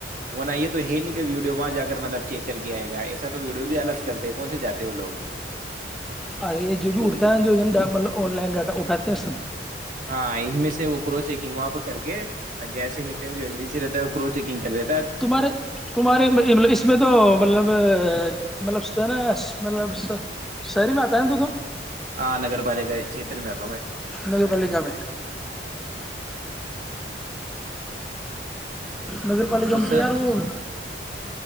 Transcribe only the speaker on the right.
وہن یہ تو ہے نہیں ویڈیو وہاں جا کر مطلب چیک کر کے آئے گا ایسا تو ویڈیو بھی الگ کرتے ہیں کون سے جے ہیں وہ لوگ بھی
تو
ہاں ان میں سے وہ کرو چیکنگ وہاں پ کر کے پن جیسے جو ایل ڈی رہتا ہے کرو چیکن کر لی
ہاں نگر پالکا چیتن میں آ ہے
تو
سر